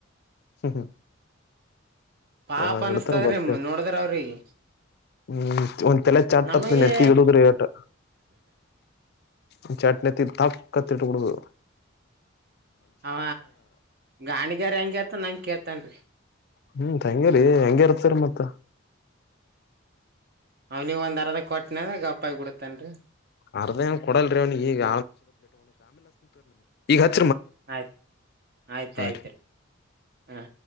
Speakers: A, on the left (about 55°); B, on the right (about 50°).
A: ಹ್ಮ
B: ಪಾಪ
A: ಯಾವಾಗ
B: ಅನ್ಸ್ತದ್ರಿ
A: ಇಡ್ತಾರ ಬತ್ತೇವ
B: ನೋಡದ್ರ ಅವ್ರಿಗೆ
A: ಹ್ಮ್ ಒಂದ್ ತಲೆ ಚಾಟ್
B: ನಮಗೆ
A: ಹತ್ ನೆತ್ತಿ ಇಡುದ್ರ ಟ್ ಒ ಚಾಟ್ ನೆತ್ತಿ ತಕ್ಕತ್ತ ಇಟ್ಬಿಡುದ
B: ಹಾ ಗಾಣಗೆ ರಗೆ ಮ ನಂಗ ಕೇಳ್ತನ್ರಿ
A: ಹ್ಮ್ ತಂಗರಿ ಹೆಂಗ ಇರ್ತರಿ ಮತ್ತ
B: ಅವ್ನವ ಒಂದ್ ಅರದ ಕೊಟ್ಟನ ಗಪ್ಪ ಆಗ್ಬ ಬಿಡತೇನ್ರಿ
A: ಅರ್ಧ ಏನ್ ಕೊಡಲ್ರಿ ಅವ್ನಿಗೆ ಈಗ ಈಗತ್ತ
B: ಆಯ್ತ್ ಆಯ್ತ ಆಯ್ತ
A: ರೀ
B: ಹ